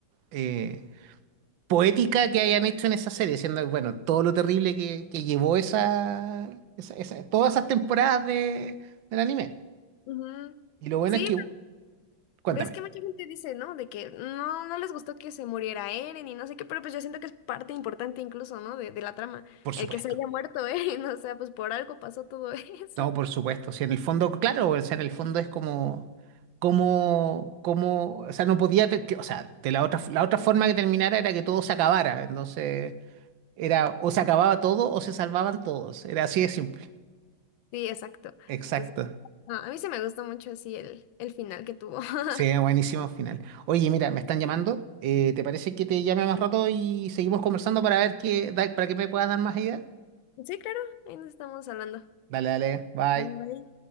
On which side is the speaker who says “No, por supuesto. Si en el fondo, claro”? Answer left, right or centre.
Right